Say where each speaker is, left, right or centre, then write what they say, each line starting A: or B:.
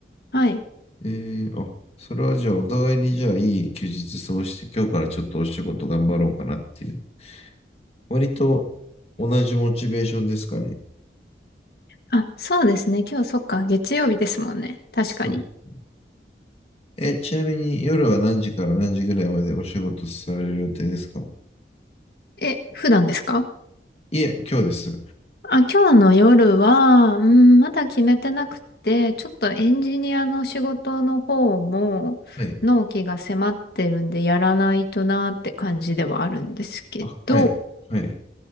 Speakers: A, on the left; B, on the left.
A: はい。
B: えー、あ、それはじゃあお互いにじゃあいい休日過ごして、今日からちょっとお仕事頑張ろうかなっていう。割と同じモチベーションですかね。
A: あ、そうですね。今日そっか、月曜日ですもんね。確かに。
B: そうです。え、ちなみに夜は何時から何時ぐらいまでお仕事される予定ですか
A: え、普段ですか
B: いえ、今日です。
A: あ、今日の夜は、うん、まだ決めてなくて、ちょっとエンジニアの仕事の方も、
B: はい。
A: 納期が迫ってるんで、やらないとなーって感じではあるんですけど、
B: あ、はい。はい。